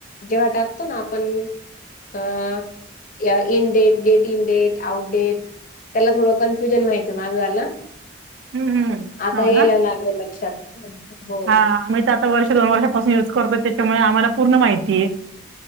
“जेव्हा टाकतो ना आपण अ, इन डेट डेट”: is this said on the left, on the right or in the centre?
Left